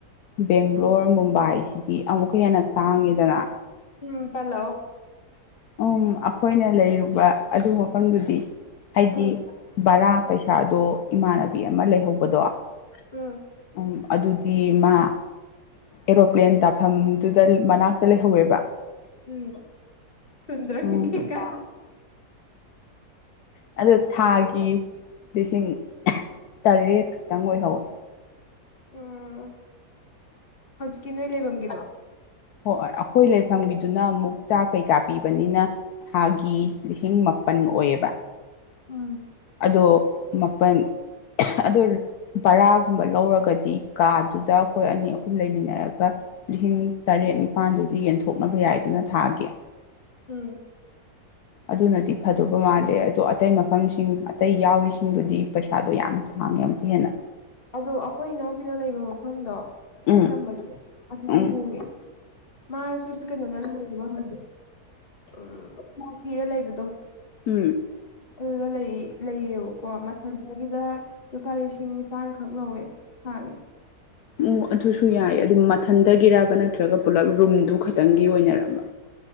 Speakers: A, on the left; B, on the left.
A: ꯕꯦꯡꯒ꯭ꯂꯣꯔ
B: ꯎꯝ
A: ꯃꯨꯝꯕꯥꯏꯁꯤꯗꯤ ꯑꯃꯨꯛꯀ ꯍꯦꯟꯅ ꯇꯥꯡꯉꯤꯗꯅ
B: ꯎꯝ ꯍꯂꯣ
A: ꯎꯝ ꯑꯩꯈꯣꯏꯅ ꯂꯩꯔꯨꯕ ꯑꯗꯨ ꯃꯐꯝꯗꯨꯗꯤ ꯍꯥꯏꯗꯤ
B: ꯎꯝ
A: ꯕꯔꯥ ꯄꯩꯁꯥꯗꯣ ꯏꯃꯥꯟꯅꯕꯤ ꯑꯃ ꯂꯩꯍꯧꯕꯗꯣ
B: ꯎꯝ
A: ꯎꯝ ꯑꯗꯨꯗꯤ ꯃꯥ ꯑꯦꯔꯣꯄ꯭ꯂꯦꯟ ꯇꯥꯐꯝꯗꯨꯗ ꯃꯅꯥꯛꯇ ꯂꯩꯍꯧꯋꯦꯕ
B: ꯎꯝ ꯁꯨꯗ꯭ꯔ
A: ꯎꯝ
B: ꯀ
A: ꯑꯗꯣ ꯊꯥꯒꯤ ꯂꯤꯁꯤꯡ ꯇꯔꯦꯠ ꯈꯛꯇꯪ ꯑꯣꯏꯍꯧꯋꯦ
B: ꯎꯝ ꯍꯧꯖꯤꯛꯀꯤ ꯅꯣꯏ ꯂꯩꯐꯝꯝꯒꯤꯗ‌ꯣ
A: ꯍꯣꯏ ꯑꯩꯈꯣꯏ ꯂꯩꯐꯝꯒꯤꯗꯨꯅ ꯑꯃꯨꯛ ꯆꯥꯛ ꯀꯩꯀꯥ ꯄꯤꯕꯅꯤꯅ ꯊꯥꯒꯤ ꯂꯤꯁꯤꯡ ꯃꯥꯄꯜ ꯑꯣꯏꯌꯦꯕ
B: ꯎꯝ
A: ꯑꯗꯣ ꯃꯥꯄꯜ ꯑꯗꯣ ꯚꯔꯥꯒꯨꯝꯕ ꯂꯧꯔꯒꯗꯤ ꯀꯥꯗꯨ ꯑꯗꯨꯗ ꯑꯩꯈꯣꯏ ꯑꯅꯤ ꯑꯍꯨꯝ ꯂꯩꯃꯤꯟꯅꯔꯒ ꯂꯤꯁꯤꯡ ꯇꯔꯦꯠ ꯅꯤꯄꯥꯜꯗꯨꯗꯤ ꯌꯦꯟꯊꯣꯛꯅꯕ ꯌꯥꯏ ꯅ ꯊꯥꯒꯤ
B: ꯎꯝ
A: ꯑꯗꯨꯅꯗꯤ ꯐꯗꯨꯕ ꯃꯥꯜꯂꯦ ꯑꯗꯣ ꯑꯇꯩ ꯃꯐꯝꯁꯤꯡ ꯑꯇꯩ ꯌꯥꯎꯔꯤꯁꯤꯡꯗꯨꯗꯤ ꯄꯩꯁꯥꯗꯣ ꯌꯥꯝ ꯊ ꯍꯥꯡꯒ ꯌꯥꯝ ꯀꯨꯏꯦꯅ
B: ꯑꯗꯣ ꯑꯩꯈꯣꯏ ꯏꯅꯥꯎꯕꯤꯅ ꯂꯩꯕ ꯃꯐꯝꯗꯣ ꯂꯥꯏꯔꯤꯛ
A: ꯎꯝ
B: ꯇꯝꯕꯒꯤ ꯑꯗꯨꯗꯤ
A: ꯎꯝ
B: ꯍꯣꯡꯉꯦ ꯃꯥꯁꯨ ꯀꯩꯅꯣꯗꯣ ꯍꯧꯖꯤꯛ <unintelligible> ꯎꯝ ꯀꯤꯔ ꯂꯩꯕꯗꯣ
A: ꯎꯝ
B: ꯑꯗꯨꯗ ꯂꯩꯌꯦꯕꯀꯣ ꯃꯊꯟꯗꯒꯤꯗ ꯂꯨꯄꯥ ꯂꯤꯁꯤꯡ ꯅꯤꯄꯥꯟꯈꯛ ꯂꯧꯋꯦ ꯊꯥꯒꯤ
A: ꯑꯣ ꯑꯗꯨꯁꯨ ꯌꯥꯏ ꯑꯗꯨꯝ ꯃꯊꯟꯊꯒꯤꯔꯕ ꯅꯠꯇ꯭ꯔꯒ ꯄꯨꯂꯞ ꯔꯨꯝꯗꯨ ꯈꯛꯇꯪꯒꯤ ꯑꯣꯏꯅꯔꯕ